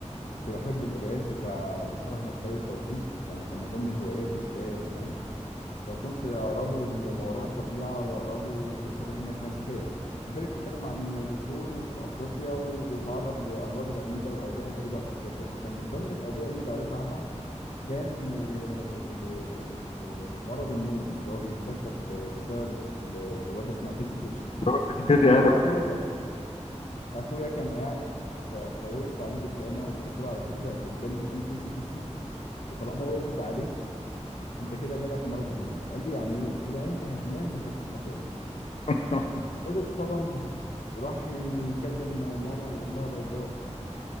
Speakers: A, on the left; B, on the left.
A: بحب القرايات بتاع دكتور احمد خالد توفيق يعني كان من ضمن هواياتي القرايه زمان فكنت اقرا له ما وراء الطبيعه واقرا له سلسله تانية اسمها سفاري سفاري بتتكلم عن دكتور في افريقيا وبيتعرض لامراض غريبه واوبئه غريبه في افريقيا فكان من ضمن الاوبئه دي اللي قريت عنها كان آه، ال- ال- مرض النوم اللي هو بيتسبب ب- بسبب ال- ذبابه اسمها تيسي فيش.
B: لو انت تيتي
A: فالمهم
B: قالوا
A: اخويا كان اخويا كان قاعد ف- فوقفت عليه دبانه وقلت له على فكره الدبانه دي تيسي تيسي وطالما وقفت عليك انت كده جالك مرض النوم قال لي يعني ايه قلت له يعني انت هتنام مش هتصحى تاني
B: <laughs>
A: قلت اتصدم وراح يكلم ماما ويقول لها باي باي